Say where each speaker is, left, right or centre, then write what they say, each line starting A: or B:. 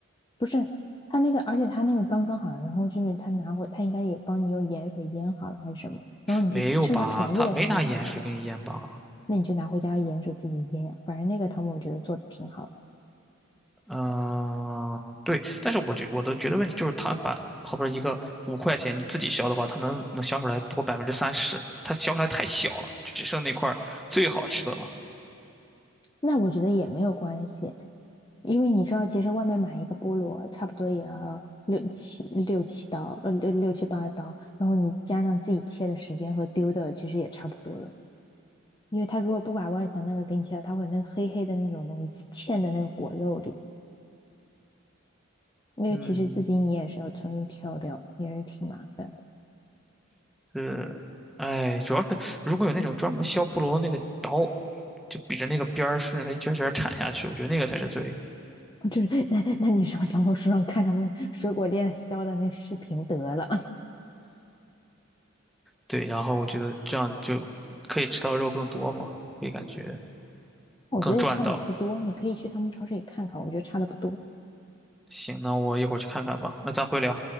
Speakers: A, on the left; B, in the centre.
A: 不是，他那个，而且他那个刚刚好，然后就是他拿回，他应该也帮你用盐水腌好了还是什么，然后你就趁它便宜的时候你去买就，
B: 没有吧？它没拿盐水给你腌吧？
A: 那你就拿回家盐水自己腌呀。反正那个汤姆我觉得做的挺好的。
B: 嗯，对，但是我觉我的觉得问题就是，他把后边一个五块钱你自己削的话，它能能削出来多百分之三十，它削出来太小了，就只剩那块儿最好吃的了。
A: 那我觉得也没有关系，因为你知道，其实外面买一个菠萝差不多也要六七六七刀，呃，六六七八刀，然后你加上自己切的时间和丢的，其实也差不多了。因为它如果不把外层那个给你切掉，它会有那个黑黑的那种东西嵌在那个果肉里，那个其实自己你也是要重新挑掉，
B: 嗯，
A: 也是挺麻烦的。
B: 是，哎，主要是如果有那种专门削菠萝的那个刀，就比着那个边儿顺着它一圈儿一圈儿铲下去，我觉得那个才是最
A: 就是 <laughs> 那那你上小红书上看他们水果店削的那视频得了，
B: 对。然后我觉得这样就可以吃到肉更多嘛，会感觉
A: <laughs> 我觉得也差的也不多，
B: 更赚到。
A: 你可以去他们超市里看看，我觉得差的不多。
B: 行，那我一会儿去看看吧，那咱回聊。